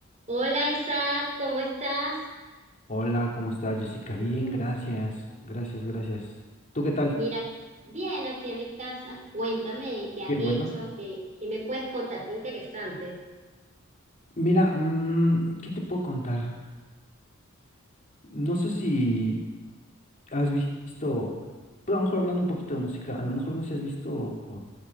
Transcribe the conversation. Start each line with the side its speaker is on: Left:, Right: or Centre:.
Right: Hola Isaac, ¿cómo estás?
Left: Hola, ¿cómo estás, Jessica?
Right: <laughs>
Left: Bien, gracias, gracias, gracias. ¿Tú qué tal?
Right: Mira, bien aquí en mi casa. Cuéntame qué has
Left: Qué bueno.
Right: hecho, qué, qué me puedes contar de interesante.
Left: Mira, mm, ¿qué te puedo contar? No sé si has visto, pero a lo mejor hablando un poquito de música, a lo mejor no sé si has visto